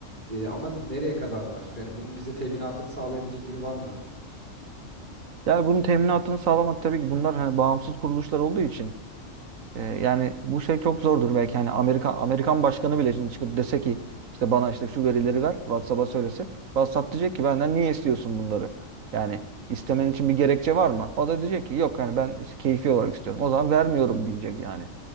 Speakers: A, on the right (about 35°); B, on the right (about 80°).
A: E, ama nereye kadar var? Yani bunun bize teminatını sağlayabilecek biri var mı?
B: Yani bunun teminatını sağlamak tabii ki bunlar hani bağımsız kuruluşlar olduğu için e, yani bu şey çok zordur belki hani Amerikan Amerikan başkanı bile şimdi çıkıp dese ki işte bana işte şu verileri ver WhatsApp'a söylese WhatsApp diyecek ki benden niye istiyorsun bunları? Yani istemen için bir gerekçe var mı? O da diyecek ki yok hani ben işte keyfi olarak istiyorum. O zaman vermiyorum diyecek yani.